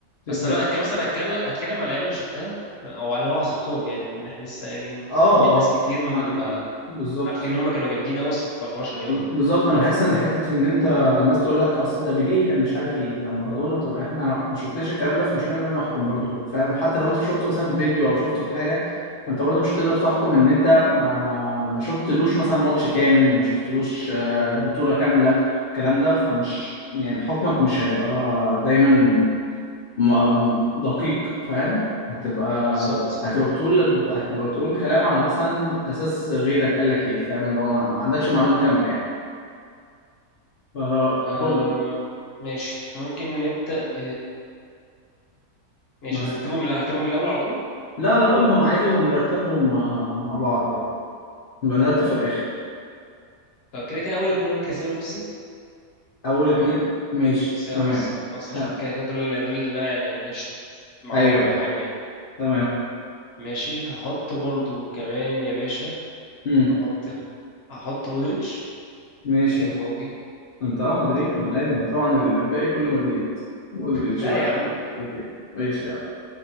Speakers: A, on the left (about 80°); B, on the left (about 50°).
A: تبدا
B: بس انا كان مثلا هتكلم هتكلم عن لعيبة انا شفتها او على اللي هو عصرتهم يعني من احنا لسه يعني م-
A: اه
B: في ناس
A: اه
B: كتير ما
A: آه، بالظبط
B: عارفين ان هم كانوا جامدين قوي بس ما اتفرجناش عليهم
A: بالظبط
B: يعني
A: انا بحس ان حته ان انت الناس تقول لك اصل ده بيليه كان مش عارف ايه ده مارادونا طب احنا ما شفناش الكلام ده فمش هنقدر نحكم برضو فاهم وحتى لو انت شفته مثلا في فيديو او شفته في حاجه فانت برضو مش هتقدر تحكم ان انت ما ما ما شفتلوش مثلا ماتش كامل ما شفتلوش
B: امم
A: آه، بطوله كامله الكلام ده فمش يعني حكمك مش هيبقى دايما م- دقيق فاهم هتبقى
B: بالظبط
A: هتبقى بتقول هتبقى بتقول كلام على مثلا اساس غيرك قال لك ايه فاهم اللي هو ما ما عندكش معلومه كامله يعني فقول
B: أم... ماشي ممكن نبدأ ب ماشي
A: مثلا
B: هنرتبهم من هرتبهم من الاول على طول
A: لا لا قولهم عادي ونرتبهم مع, مع بعض يعني نبقى نرتب في الآخر
B: طب كده كده اول اتنين هو كريستيانو وميسي
A: أول
B: تمام
A: اتنين ماشي
B: كريستيانو
A: تمام
B: وميسي خلاص
A: حلو
B: عشان كده كده دول اللي دول اللي انا يعني عشت معاهم
A: أيوه
B: كل حاجة يعني
A: تمام
B: ماشي هحط برضو كمان يا باشا
A: مم.
B: هحط هحط مودريتش
A: ماشي
B: بحبه قوي
A: أنت أه مدريد
B: تمام
A: ما لازم طبعا الباقي كله مدريد مودريتش
B: لا
A: بقى
B: يا عم
A: أوكي. ماشي يا عم